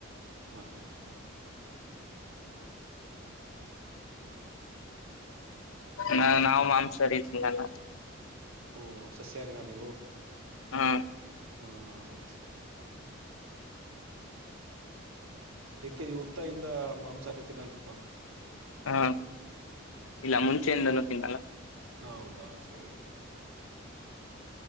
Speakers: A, on the right; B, on the left.
A: ಹಾ ಹಾ
B: ನ ನಾವು ಮಾಂಸರ ತಿಂಗಲ್ಲ
A: ಓ ಸಸ್ಯಾರಿ ರಾಣಿ ವ
B: ಹಾ
A: ಹಾ ಸರಿ ಸರಿ ಇತಿ ನೀ ಹುಟ್ಟತಾ ಇಿಂದ ಮಾಂಸ ಆಟತೀನಲ್ವಾ
B: ಹಾ ಇಲ್ಲ ಮುಂಚೆಿಂದನೂ ತಿನ್ನಲ್ಲ
A: ಹೌದಾ ಸರಿ ಇ